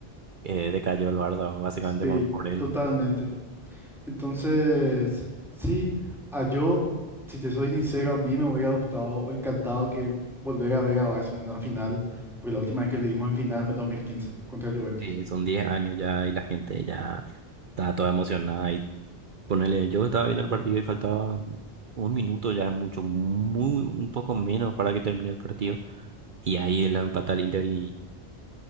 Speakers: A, on the right; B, in the centre.
A: eh, decayó el Barça, básicamente
B: Sí,
A: con, por él.
B: totalmente. Entonces, sí, a yo, si te soy sincero, a mí me hubiera gustado o encantado que volver a ver a Barça en una final, porque la última vez que le dimos en final fue en 2015 contra Juventus.
A: Sí, son diez años ya y la gente ya estaba toda emocionada. Y ponele, yo estaba viendo el partido y faltaba un minuto, ya es mucho, muy, un poco menos para que termine el partido. Y ahí la empata el Inter y